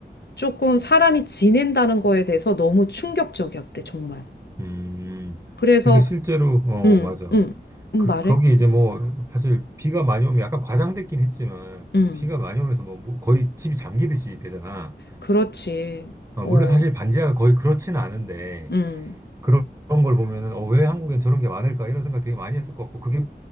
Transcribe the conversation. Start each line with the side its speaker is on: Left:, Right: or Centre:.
Left: 조금 사람이 지낸다는 거에 대해서 너무 충격적이었대, 정말.
Right: 음,
Left: 그래서
Right: 그러니까 실제로, 어,
Left: 음,
Right: 맞아.
Left: 음, 음
Right: 그,
Left: 말해?
Right: 거기 이제 뭐, 사실 비가 많이 오면 약간 과장됐긴 했지만,
Left: 음,
Right: 비가 많이 오면서 뭐, 뭐 거의 집이 잠기듯이 되잖아.
Left: 그렇지.
Right: 어,
Left: 어,
Right: 물론 사실 반지하가 거의 그렇지는 않은데,
Left: 음,
Right: 그런, 걸 보면은, 어, 왜 한국엔 저런 게 많을까? 이런 생각 되게 많이 했을 것 같고, 그게